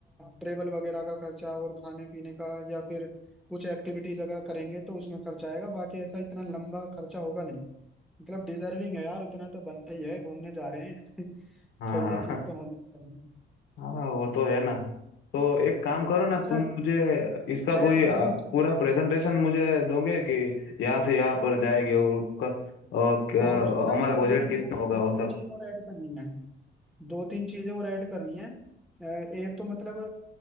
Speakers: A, in the centre; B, on the left.
A: ट्रेवल वगैरह का खर्चा और खाने पीने का या फिर कुछ एक्टिविटीज अगर करेंगे तो उसमें खर्चा आएगा बाकी ऐसा इतना लंबा खर्चा होगा नहीं मतलब डिजर्विंग है यार उतना तो बनते ही है घूमने जा रहे हैं <laughs>
B: हाँ
A: तो ये
B: हाँ
A: चीज
B: <laughs>
A: तो होनी चाहिए
B: हाँ हाँ, वो तो है ना तो एक काम
A: हाँ,
B: करो ना
A: अच्छा
B: तुम मुझे इसका
A: मैं
B: कोई अ,
A: मैं उन
B: पूरा प्रेजेंटेशन मुझे दोगे कि यहाँ से यहाँ पर जाएंगे और क- अ, क-
A: हाँ उसमें
B: अ,
A: ना
B: हमारा
A: भी
B: बजट
A: मैंने
B: कितना
A: दो
B: होगा
A: दो
B: वो
A: तीन
B: सब
A: चीजें और ऐड करनी है दो तीन चीजें और ऐड करनी है अ, एक तो मतलब